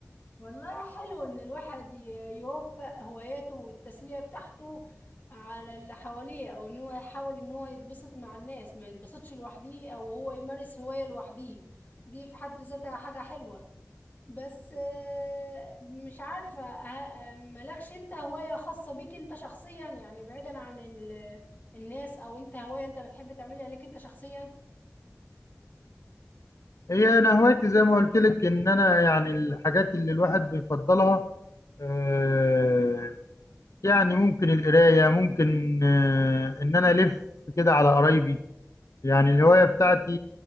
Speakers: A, on the left; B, on the left.
A: والله حلو إن الواحد ي- يوفق هواياته والتسلية بتاعته على اللي حواليه أو إن هو يحاول إن هو يتبسط مع الناس ما يتبسطش لوحده أو هو يمارس هواية لوحده دي في حد ذاتها حاجة حلوة بس آه، مش عارفة ه- مالكش أنت هواية خاصة بيك أنت شخصيا يعني بعيدا عن ال- الناس أو أنت هواية أنت بتحب تعملها ليك أنت شخصيا
B: هي أنا هوايتي زي ما قلت لك إن أنا يعني الحاجات اللي الواحد بيفضلها آه، يعني ممكن القراية ممكن آه، إن أنا ألف كده على قرايبي يعني الهواية بتاعتي